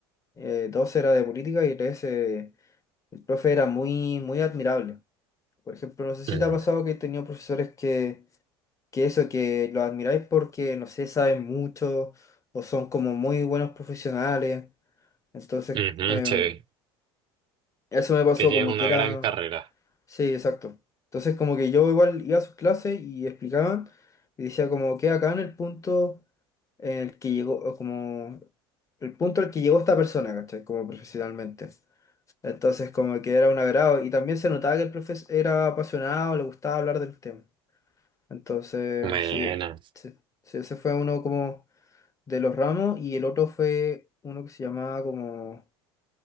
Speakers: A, on the left; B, on the right.
A: eh, dos era de política y tres, eh, el profe era muy, muy admirable. Por ejemplo, no sé si
B: Mm,
A: te ha pasado que he tenido profesores que, que eso, que los admiráis porque, no sé, saben mucho o son como muy buenos profesionales. Entonces,
B: ujú,
A: em,
B: sí.
A: eso me pasó
B: Que tienes
A: como
B: una
A: que era...
B: gran carrera.
A: Sí, exacto. Entonces como que yo igual iba a sus clases y explicaban y decía como que acá en el punto en el que llegó, o como el punto al que llegó esta persona, ¿cachai? Como profesionalmente. Entonces como que era un agrado y también se notaba que el profesor era apasionado, le gustaba hablar del tema. Entonces,
B: Buena.
A: sí, sí, sí, ese fue uno como de los ramos y el otro fue uno que se llamaba como...